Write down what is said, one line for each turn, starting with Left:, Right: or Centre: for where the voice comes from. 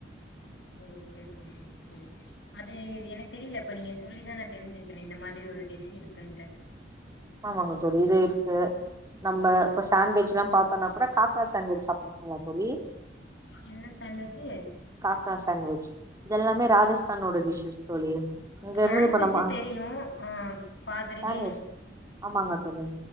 Left: ம் ஓகே தோழி ஓகே தோழி அது எனக் தெரில இப்ப நீங்க சொல்லிதா நா தெரிஞ்சுக்ரே இந்த மாரி ஒரு டிஷ் இருக்குன்ட்டு
Right: ஆமாங்க தோழி இது இருக்கு நம்ப இப்ப சண்ட்விச்ல்லா பாத்தோனா கூட காக்ரா சண்ட்விச் சாப்ட்ருக்கீங்ளா தோழி
Left: என்ன சான்விஜ்ஜி
Right: காக்ரா சான்விஜ் இதெல்லாமே ராஜஸ்தானோட டிஷ்ஷஸ் தோழி அங்க
Left: சாண்ட்விஜ்ஜி
Right: இருந்து இப்ப நம்ம
Left: தெரியு ஆ பாத்துருக்கே
Right: சாண்ட்விச் ஆமாங்க தோழி